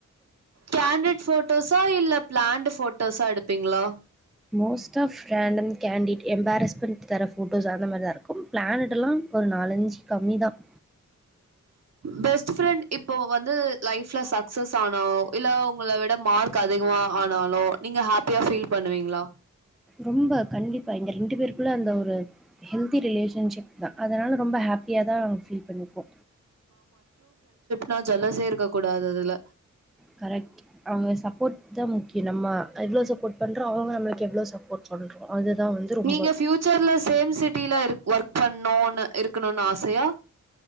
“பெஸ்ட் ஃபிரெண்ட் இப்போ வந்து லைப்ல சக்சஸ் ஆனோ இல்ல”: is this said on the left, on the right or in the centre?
Right